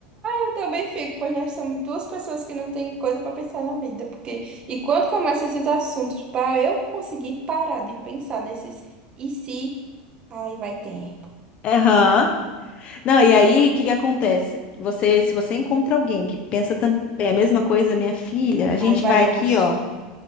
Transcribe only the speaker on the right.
Eu também fico, pois nós somos duas pessoas que não tem coisa pra pensar na vida, porque e quando começam esses assuntos, pra eu conseguir parar de pensar nesses e se, aí vai tempo,
aí vai
longe.